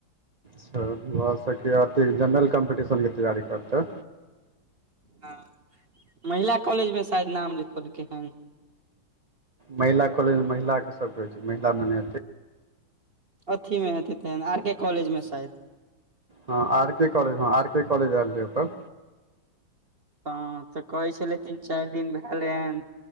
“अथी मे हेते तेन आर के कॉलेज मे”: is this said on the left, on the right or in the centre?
Right